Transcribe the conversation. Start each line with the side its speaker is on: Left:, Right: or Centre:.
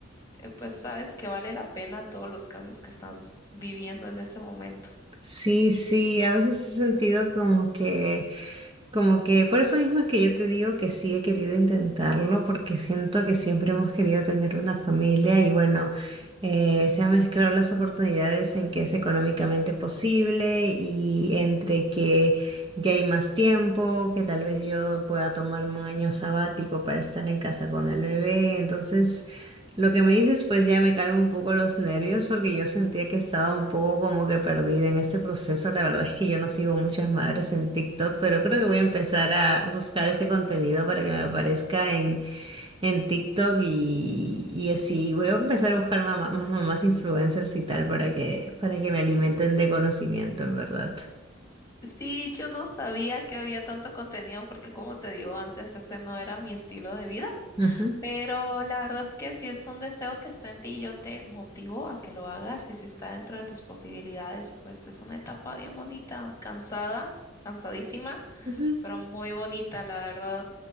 Left: eh, pues sabes que vale la pena todos los cambios que estás viviendo en ese momento.
Right: sí, sí, a veces he sentido como que... Como que por eso mismo es que yo te digo que sí he querido intentarlo, porque siento que siempre hemos querido tener una familia y bueno, eh, se han mezclado las oportunidades en que es económicamente posible y entre que ya hay más tiempo, que tal vez yo pueda tomarme un año sabático para estar en casa con el bebé. Entonces, lo que me dices, pues ya me calmo un poco los nervios porque yo sentía que estaba un poco como que perdida en este proceso. La verdad es que yo no sigo muchas madres en TikTok, pero creo que voy a empezar a buscar ese contenido para que me aparezca en, en TikTok y, y así. Voy a empezar a buscar mamá- más mamás influencers y tal para que, para que me alimenten de conocimiento, en verdad.
Left: Sí, yo no sabía que había tanto contenido porque como te digo antes, ese no era mi estilo de vida,
Right: Ujú.
Left: pero la verdad es que si es un deseo que está en ti, yo te motivo a que lo hagas y si está dentro de tus posibilidades, pues es una etapa bien bonita, cansada, cansadísima
Right: Ujú.
Left: pero muy bonita, la verdad.